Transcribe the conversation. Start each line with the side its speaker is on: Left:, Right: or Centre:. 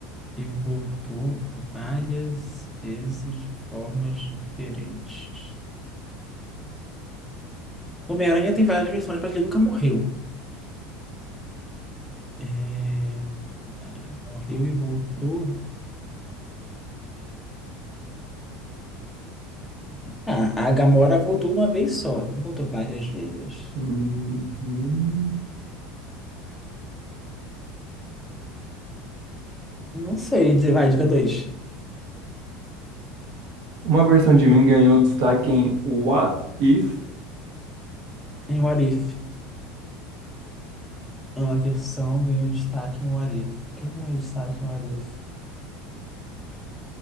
Centre: e voltou várias vezes de formas diferentes. Homem-Aranha tem várias versões, mas ele nunca morreu. É, Morreu e voltou. Ah, a Gamora voltou uma vez só, não voltou várias vezes.
Right: Uhum.
Centre: Não sei, de- vai, dica dois.
Right: Uma versão de mim ganhou destaque em What If?
Centre: Em What If. É Uma versão ganhou destaque em What If. Quem ganhou destaque em What If?